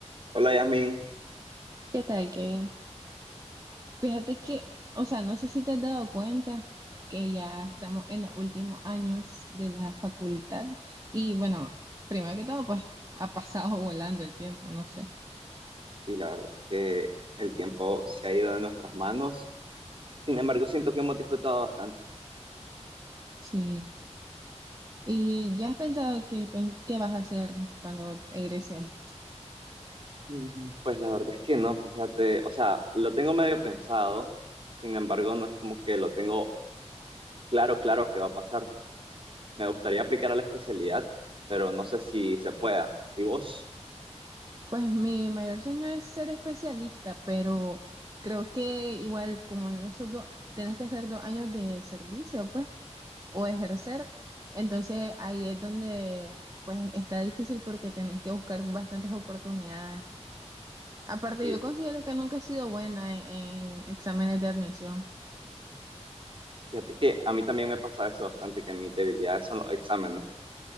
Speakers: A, on the right; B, on the right.
A: Hola Yasmin,
B: ¿Qué tal, Kevin? Fíjate que, o sea, no sé si te has dado cuenta que ya estamos en los últimos años de la facultad y bueno, primero que todo, pues ha pasado <laughs> volando el tiempo, no sé.
A: sí, la verdad que el tiempo se ha ido de nuestras manos, sin embargo siento que hemos disfrutado bastante.
B: Sí. ¿Y ya has pensado qué, pen- qué vas a hacer cuando egreses?
A: Mm, Pues la verdad es que no, fíjate, o sea, lo tengo medio pensado, sin embargo no es como que lo tengo claro, claro que va a pasar. Me gustaría aplicar a la especialidad, pero no sé si se pueda. ¿Y vos?
B: Pues mi mayor sueño es ser especialista, pero creo que igual como en esos dos, tenés que hacer dos años de servicio, pues. o ejercer. Entonces ahí es donde pues está difícil porque tenés que buscar bastantes oportunidades. Aparte,
A: Y
B: yo considero que nunca he sido buena en, en exámenes de admisión.
A: fíjate que a mí también me pasa eso bastante, que mis debilidades son los exámenes.